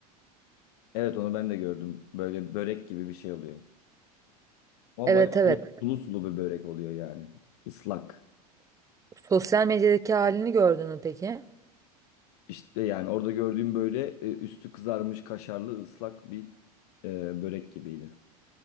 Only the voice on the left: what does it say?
Evet onu ben de gördüm. Böyle börek gibi bir şey oluyor. Ama
bayağı
böyle sulu sulu bir börek oluyor yani. Islak.
İşte yani orada gördüğüm böyle e, üstü kızarmış kaşarlı ıslak bir e, börek gibiydi.